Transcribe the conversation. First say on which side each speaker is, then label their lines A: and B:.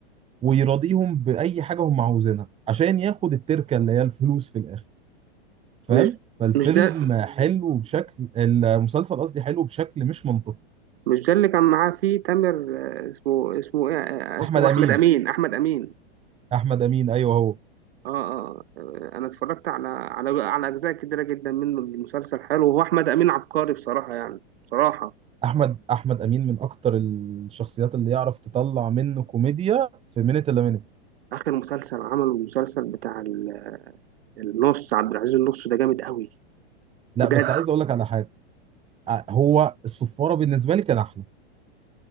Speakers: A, on the right (about 20°); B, on the right (about 60°).
A: ويراضيهم بأي حاجة هم عاوزينها عشان ياخد التركة اللي هي الفلوس في الآخر فاهم
B: مش
A: فالفيلم
B: مش ده
A: حلو بشكل المسلسل قصدي حلو بشكل مش منطقي
B: مش ده اللي كان معاه فيه تامر آه، اسمه اسمه ايه آه،
A: احمد
B: اسمه
A: امين
B: احمد امين احمد امين
A: احمد امين ايوه هو
B: آه, آه, اه انا اتفرجت على على على اجزاء كتيره جدا منه المسلسل حلو وهو احمد امين عبقري بصراحه يعني بصراحه
A: احمد احمد امين من اكتر الشخصيات اللي يعرف تطلع منه كوميديا في منت الا منت
B: اخر مسلسل عمله المسلسل بتاع ال- النص عبد العزيز النص ده جامد قوي
A: لا
B: بجد
A: بس عايز اقول لك على حاجه ع- هو الصفاره بالنسبه لي كان احلى